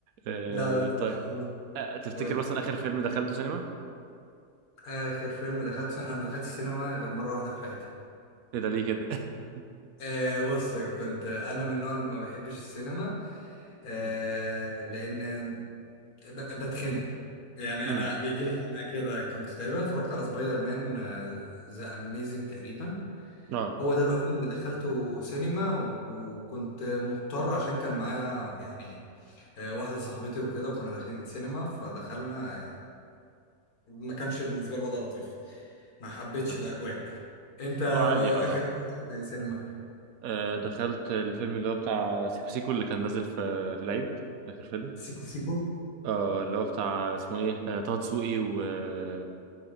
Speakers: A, on the right; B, on the left.
A: آه.
B: لا لا ترشحه
A: طيب
B: لك
A: آه. تفتكر
B: قول
A: مثلا
B: لي
A: آخر فيلم دخلته سينما؟
B: اخر فيلم دخلت انا ما دخلتش السينما غير مرة واحدة في حياتي
A: إيه ده ليه كده؟ <laughs>
B: آه بص كنت انا من النوع اللي ما بحبش السينما آه
A: أمم.
B: لان ب- بتخنق يعني
A: أمم.
B: انا بيجي لي خناقه كده كنت تقريبا اتفرجت على سبايدر مان ذا اميزنج تقريبا
A: آه
B: هو ده الوحيد اللي دخلته سينما و- وكنت مضطر عشان كان معايا يعني آه، واحده صاحبتي وكده وكنا داخلين سينما فدخلنا آه، ما كانش بالنسبه لي الوضع لطيف ما حبيتش
A: آه.
B: الاجواء انت
A: هو عادي اه
B: اخر حاجه دخلت إيه سينما
A: آه، دخلت الفيلم اللي هو بتاع سيكو سيكو اللي كان نازل في في العيد آخر فيلم
B: سيكو سيكو
A: اه اللي هو بتاع اسمه ايه آه، طه دسوقي و آه،